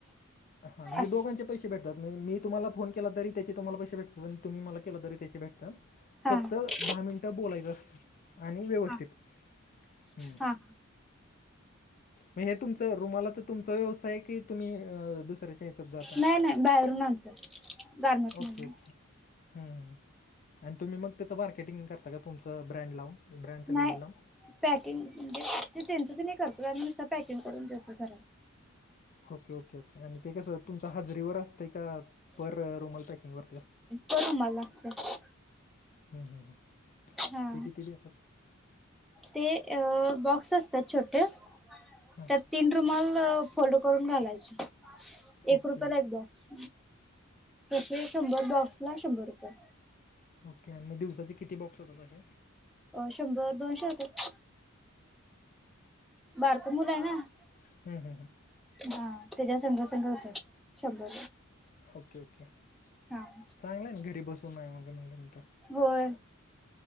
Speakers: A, on the left; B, in the centre.
A: हा म्हणजे
B: अस
A: दोघांच पैसे भेटतातणज मी तुम्हाला फोन केला तरी त्याचे तुम्हाला पैसे भेटात आणि तुम्हीला के तरी त्याचे भेतात.
B: हा
A: फक्त
B: हा
A: दहा मिनिटं बोलायचं असतं आणि व्यवस्थित.
B: हा.
A: हम्म!
B: हा
A: मग हे तुमच रुमाला तर तुमचा व्यवसाय आहे की तुम्ही दुसऱ्याच्या हच्यात जाता?
B: नाही नाही बाहेरून आणतो गार्मेंट
A: ओके
B: मधुन.
A: ओके हम्म हम्म, आणि तुम्ही मग त्याचं मार्केटिंग करता का तुमचं ब्रँड लावून ब्रँडचं लेबल
B: नाही
A: लावून?
B: पॅकिंग म्हणजे ते त्यांचं ते नाही करतो का नुसता पॅकिंग करून देतो खर.
A: ओके ओके ओके आणि ते कसं तुमच हाजरीवर असतं का पर रुमाल पॅकिंगवर?
B: पर रुमाला असतंय
A: हम्म, हम्म, हम्म.
B: हा.
A: ते किती देतात
B: ते अ बॉक्स असत्यात छोटे
A: हां
B: त्यात तीन रुमाल फोल्ड करून घालायचे एक
A: ओके
B: रुपयाला एक बॉक्स तशे शंभर बॉक्स ला शंभर रुपये.
A: ओके आणि मग दिवसाचे किती बॉक्स होत अशे?
B: अ शंभर दोनशे होत्यात. बारक मुलं आहे ना.
A: हम्म, हम्म, हम्म.
B: हा त्याच्या संग संग होतय शंभर
A: ओके ओके!
B: हा!
A: चांगलं आहे ना घरी बसूनय मग म्हणल्यानंतर.
B: होय!